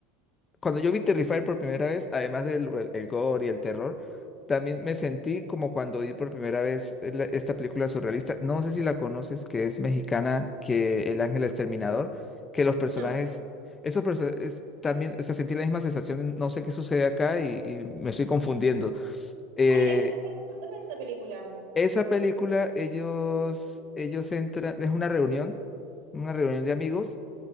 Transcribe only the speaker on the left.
cuando yo vi Terrifier por primera vez, además del el, el gore y el terror, también me sentí como cuando vi por primera vez la- esta película surrealista. No sé si la conoces, que es mexicana, que El Ángel Exterminador, que los personajes,
esos personajes también, o sea, sentí la misma sensación, no sé qué sucede acá y, y me estoy confundiendo. Eh,
esa película, ellos, ellos entran, es una reunión, una reunión de amigos